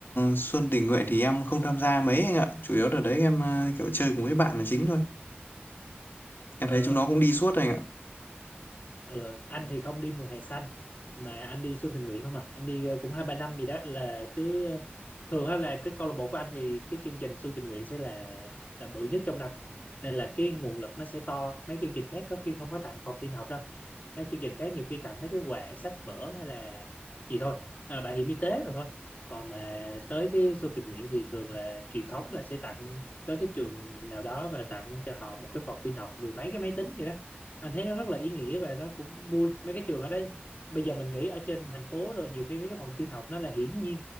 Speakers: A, on the left; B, on the left.
A: Xuân tình nguyện thì em không tham gia mấy anh ạ chủ yếu đợt đấy em ờ, kiểu chơi cùng với bạn là chính thôi Em
B: ừ
A: thấy chúng nó cũng đi suốt anh ạ.
B: ừ, anh thì không đi mùa hè xanh mà anh đi xuân tình nguyện không à anh đi ờ, cũng hai ba năm gì đó là cứ thường á là cái câu lạc bộ của anh thì cái chương trình xuân tình nguyện sẽ là là bự nhất trong năm nên là cái nguồn lực nó sẽ to mấy chương trình khác có khi không có tặng phòng tin học đâu mấy chương trình khác nhiều khi tặng mấy cái quà sách vở hay là gì thôi à, bảo hiểm y tế mà thôi còn mà tới cái Xuân tình nguyện thì thường là truyền thống là sẽ tặng tới cái trường nào đó và tặng cho họ một cái phòng tin học mười mấy cái máy tính vậy đó anh thấy nó rất là ý nghĩa và nó cũng vui mấy cái trường ở đây bây giờ mình nghĩ ở trên thành phố rồi nhiều khi mấy cái phòng tin học nó là hiển nhiên